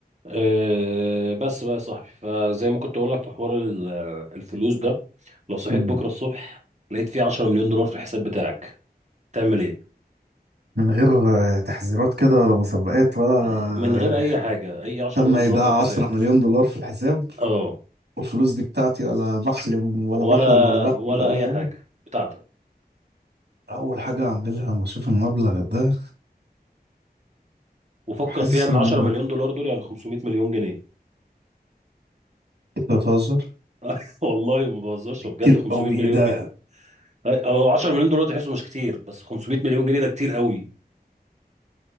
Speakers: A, on the right (about 45°); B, on the right (about 80°).
A: أه بس بقى يا صاحبي فزي ما كنت اقول لك في حوار ال- الفلوس ده لو صحيت
B: مم.
A: بكره الصبح لقيت فيه 10 مليون دولار في الحساب بتاعك تعمل ايه
B: من غير آه، تحذيرات كده ولا مسابقات ولا آه،
A: آه، من غير اي حاجه اي 10
B: تم
A: مليون
B: ايداع
A: دولار في الحساب
B: 10 مليون دولار في الحساب
A: اه
B: والفلوس دي بتاعتي ولا بحلم ولا
A: ولا
B: بحلم ولا بعمل
A: ولا
B: ولا
A: اي
B: حاجه
A: حاجه بتاعتك
B: اول حاجه اعملها لما اشوف المبلغ ده
A: وفكر
B: حاسس
A: فيها ان
B: ان
A: 10
B: انا
A: مليون دولار دول يعني 500 مليون جنيه
B: انت بتهزر
A: <laughs> والله ما بهزرش
B: كتير
A: وبجد 500
B: قوي
A: مليون
B: ايه ده
A: جنيه او 10 مليون دولار تحسه مش كتير بس 500 مليون جنيه ده كتير قوي